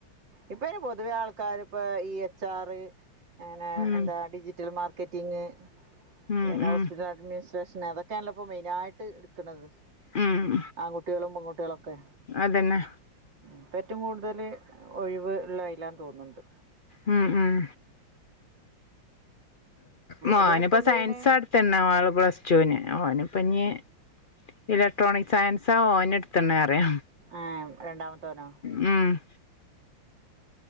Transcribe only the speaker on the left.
ഉം
ഉം
ഉം
ഉം
അതന്നെ
ഉം ഉം മോനിപ്പോ
സയൻസാ
എടുത്തീനെ പ്ലസ്ടുവിന് ഓനിപ്പോ ഇനി ഇലക്ട്രോണിക് സയൻസാ ഓന് എടുത്തെന്ന് അറിയാം.
ഉം